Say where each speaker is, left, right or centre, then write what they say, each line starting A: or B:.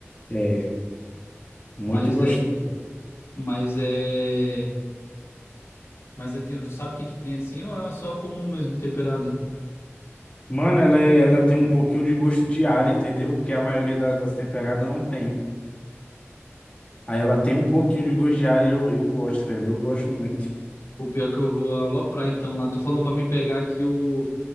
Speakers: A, on the left; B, on the left.
A: É, muito
B: mas
A: gostoso.
B: é, mas é Mas é, tem, tu sabe o que que tem assim ou é só comum mesmo temperada?
A: Mano, ela, é- ela tem um pouquinho de gosto de alho, entendeu? Porque a maioria da- das temperadas não tem. Aí ela tem um pouquinho de gosto de alho, eu, eu gosto, velho. Eu gosto muito.
B: Pô, pior que eu vou aloprar então lá. Tu falou pra me pegar aqui o,